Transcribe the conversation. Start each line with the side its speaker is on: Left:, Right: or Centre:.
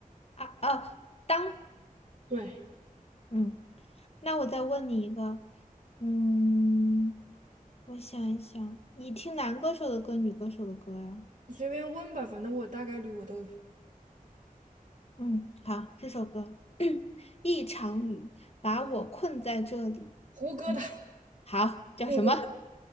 Left: 啊，呃，当，
Right: 对，
Left: 嗯，那我再问你一个，嗯，我想一想，你听男歌手的歌，女歌手的歌呀？
Right: 你随便问吧，反正我大概率我都
Left: 嗯，好，这首歌，<clears throat> 一场雨把我困在这里。
Right: 胡歌的
Left: 嗯，好，叫什么？
Right: 《六月的